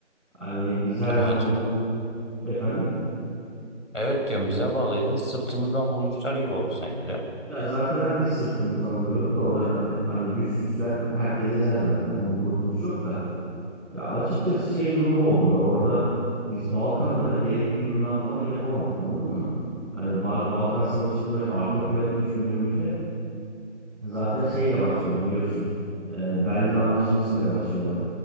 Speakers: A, in the centre; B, on the left.
A: Hani biz her zaman
B: Evet.
A: onları efendim
B: Evet diyorum bize bağlıydı. Sırtımızdan vurmuşlar gibi oldu sanki de.
A: ya zaten herkes sırtımızdan vuruyordu da o dönemde. Hani güçsüzken herkes ezer zaten. Onun kurtuluşu yok da. Ya açıkçası şey durumu oldu. Orada biz Balkanlara gerekli yığınağı falan yapamadık anladın mı? Hani Bal- Balkan Savaşı'nın böyle arka planı düşündüğümüzde zaten şeyle başlıyor biliyorsun. Ee, Berlin Anlaşması ile başlıyor olay.